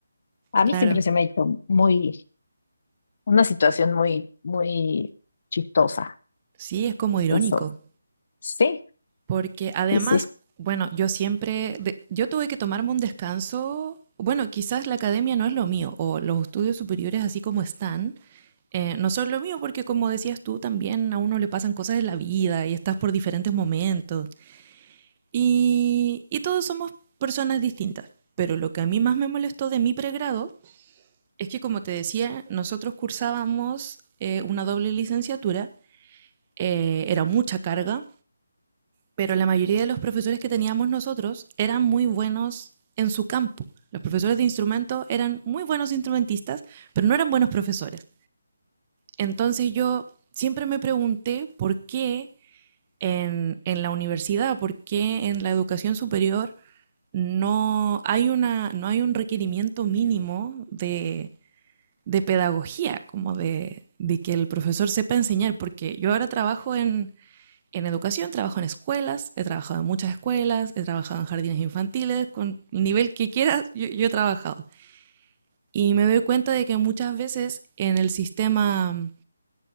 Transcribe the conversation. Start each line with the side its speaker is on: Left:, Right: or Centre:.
Left: A
Right: Claro.
Left: mí siempre se me ha hecho muy, una situación muy, muy chistosa,
Right: Sí, es como irónico.
Left: eso. Sí,
Right: Porque además,
Left: sí, sí,
Right: bueno, yo siempre, de- yo tuve que tomarme un descanso. Bueno, quizás la academia no es lo mío, o los estudios superiores así como están, eh, no son lo mío, porque como decías tú, también a uno le pasan cosas en la vida y estás por diferentes momentos. Y, y todos somos personas distintas. Pero lo que a mí más me molestó de mi pregrado es que, como te decía, nosotros cursábamos eh, una doble licenciatura, eh, era mucha carga, pero la mayoría de los profesores que teníamos nosotros eran muy buenos en su campo. Los profesores de instrumento eran muy buenos instrumentistas, pero no eran buenos profesores. Entonces yo siempre me pregunté por qué en, en la universidad, por qué en la educación superior no hay, una, no hay un requerimiento mínimo de, de pedagogía, como de, de que el profesor sepa enseñar, porque yo ahora trabajo en, en educación, trabajo en escuelas, he trabajado en muchas escuelas, he trabajado en jardines infantiles, con el nivel que quieras, yo, yo he trabajado. Y me doy cuenta de que muchas veces en el sistema,